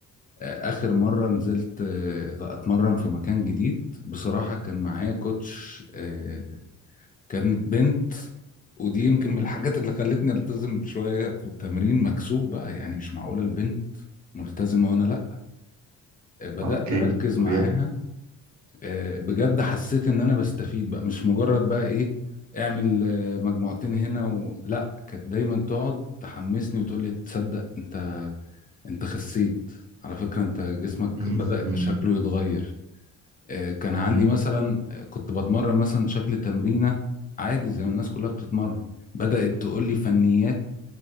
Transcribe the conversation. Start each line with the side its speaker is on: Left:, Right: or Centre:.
Left: آه، اخر مرة نزلت آه، اتمرن في مكان جديد بصراحة كان معايا كوتش آه، كانت بنت ودي يمكن من الحاجات اللي خلتني التزم شوية في التمرين مكسوف بقى يعني مش معقولة البنت ملتزمة وانا لا آه، بدأت
Right: اوكي
Left: اركز
Right: طبيعي
Left: معاها آه، بجد حسيت ان انا بستفيد بقى مش مجرد بقى ايه اعمل آه، مجموعتين هنا و... لا كانت دايما تقعد تحمسني وتقول لي تصدق انت انت خسيت على فكرة انت جسمك
Right: مم،
Left: بدأ
Right: مم،
Left: شكله يتغير آه، كان
Right: مم.
Left: عندي مثلا آه، كنت بتمرن مثلا شكل تمرينة عادي زي ما الناس كلها بتتمرن بدأت تقول لي فنيات